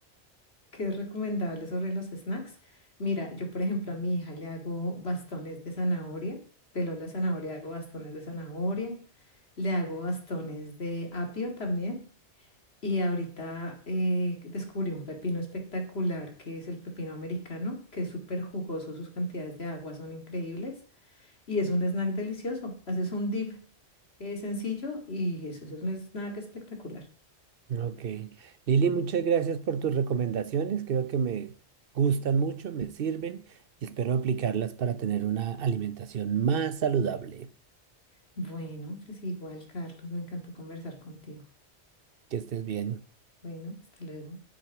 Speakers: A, on the left (about 60°); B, on the right (about 55°).
A: ¿qué es recomendable sobre los snacks? Mira, yo por ejemplo a mi hija le hago bastones de zanahoria, pelo la zanahoria, hago bastones de zanahoria, le hago bastones de apio también. Y ahorita eh, descubrí un pepino espectacular que es el pepino americano, que es súper jugoso, sus cantidades de agua son increíbles y es un snack delicioso. Haces un dip eh, sencillo y eso, eso es un snack espectacular.
B: Ok. Lili, muchas gracias por tus recomendaciones. Creo que me gustan mucho, me sirven y espero aplicarlas para tener una alimentación más saludable.
A: Bueno, pues igual, Carlos, me encantó conversar contigo.
B: Que estés bien.
A: Bueno, hasta luego.